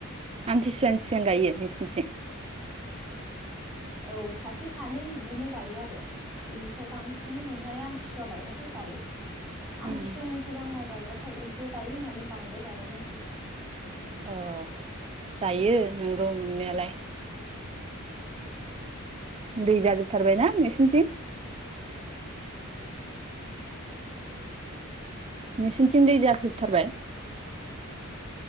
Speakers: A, on the right; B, in the centre.
A: आमथिसुवानि सिगां गायो नोंसोरनिथिं
B: औ सासे सानै बिदिनो गायो आरो बेनिफ्राय ओमफ्राय बांसिन उनावाय आमथिु फा बायबाथाय गायो
A: उम
B: आथि सहन सिगां माइ गायबा हाथाय एम्फौ जायो होननानै बांद्राय गाया मानसिफोरा
A: औ जायो नंगौ नंनायालाय दै जाजोबथारबायना नोंसिनिथिं नोंसिनिथिं दै जाजोबथारबाय